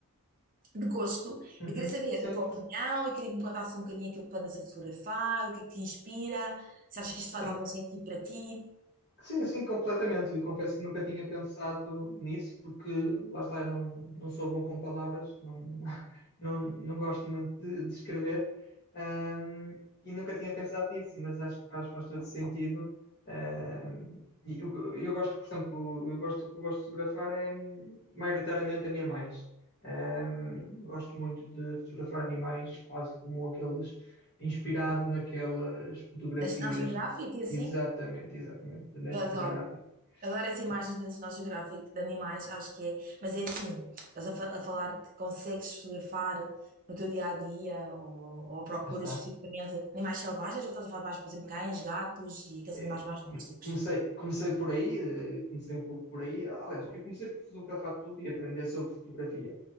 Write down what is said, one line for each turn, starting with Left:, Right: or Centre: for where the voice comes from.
Right: de gosto.
Left: Uhum.
Right: Eu queria saber
Left: Sim.
Right: a tua opinião, e queria que me contasse um bocadinho aquilo que tu andas a fotografar, o que é que te inspira, se achas que isto faz
Left: Sim.
Right: algum sentido para ti,
Left: Sim, sim, completamente. E confesso que nunca tinha pensado nisso, porque lá está, eu não, não sou bom com palavras, não, <laughs> não, não gosto muito de, de escrever, ahm, e nunca tinha pensado nisso, mas acho que faz, faz todo sentido. Ahm, e o que eu, eu gosto, por exemplo, eu gosto, o que eu gosto de fotografar é hum, maioritariamente animais. Ahm, gosto muito de fotografar animais, quase como aqueles inspirado naquelas fotografias
Right: na National Geographic e assim.
Left: Exatamente, exatamente, da National
Right: Eu adoro.
Left: Geographic.
Right: Adoro as imagens
Left: É,
Right: do National Geographic de animais, acho que é. Mas é assim, estás a, fa- a falar que consegues fotografar no teu dia a dia ou, ou procuras
Left: lá está.
Right: especificamente animais selvagens ou estás a falar mais, por exemplo, cães, gatos e aqueles
Left: Eh,
Right: animais mais
Left: com-
Right: domésticos?
Left: Comecei, comecei por aí, eh, comecei um pouco por aí. Aliás, eu comecei por fotografar tudo e aprender sobre fotografia,